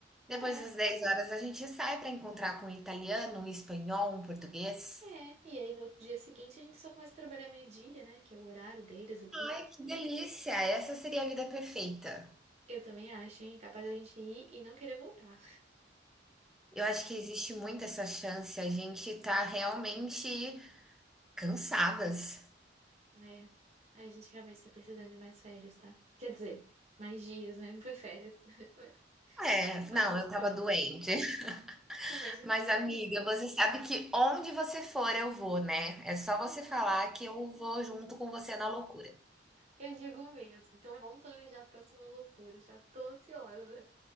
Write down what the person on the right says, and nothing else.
É,
tá-
é. E aí no outro dia seguinte a gente só começa a trabalhar meio-dia, né? Que é o horário deles aqui.
Eu também acho, hein? Capaz da gente ir e não querer voltar.
É, a gente realmente tá precisando de mais férias, tá? Quer dizer, mais dias, né? Não foi férias, <laughs>
mas mais
descanso.
Mais descanso.
Ah,
eu digo mesmo. Então vamos planejar a próxima loucura. Já tô ansiosa.